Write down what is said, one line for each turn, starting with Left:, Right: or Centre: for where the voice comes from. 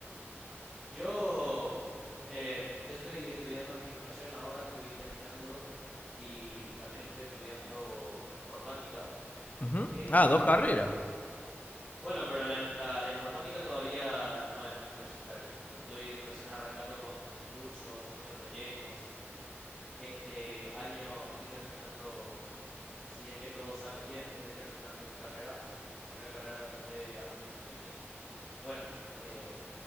Centre: Yo, em, yo estoy estudiando administración ahora, estoy terminando y también estoy estudiando informática.
Left: Ujú.
Centre: Este,
Left: Ah, dos carreras.
Centre: Bueno, pero la, la- la informática todavía no es universitaria. Estoy recién arrancando con, con cursos, haciendo proyectos, así. Este año estoy terminando, si es que todo sale bien, estoy terminando mi carrera, mi primera carrera de, de administración y bueno, eh,